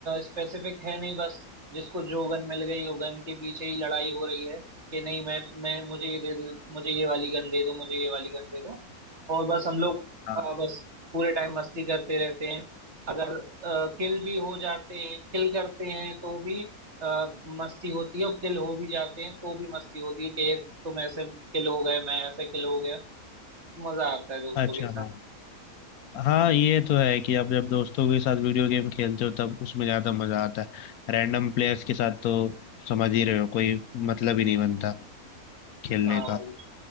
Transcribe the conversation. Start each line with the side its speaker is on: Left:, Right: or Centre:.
Right: स्पेसिफिक है नहीं बस जिसको जो गन मिल गई हो गन के पीछे ही लड़ाई हो रही है कि नहीं मैं मैं मुझे ये दे दो मुझे ये वाली गन दे दो मुझे ये वाली गन दे दो और बस हम लोग
Left: हाँ
Right: अ, बस पूरे टाइम मस्ती करते रहते हैं अगर किल भी हो जाते हैं किल करते हैं तो भी अ, मस्ती होती है और किल हो भी जाते हैं तो भी मस्ती होती है कि तुम ऐसे किल हो गए मैं ऐसे किल हो गया मजा आता है दोस्तों
Left: अच्छा
Right: के साथ
Left: हाँ हाँ ये तो है कि आप जब दोस्तों के साथ वीडियो गेम खेलते हो तब उसमें ज़्यादा मज़ा आता है रैंडम प्लेयर्स के साथ तो समझ ही रहे हो कोई मतलब ही नहीं बनता खेलने
Right: हाँ
Left: का
Right: भाई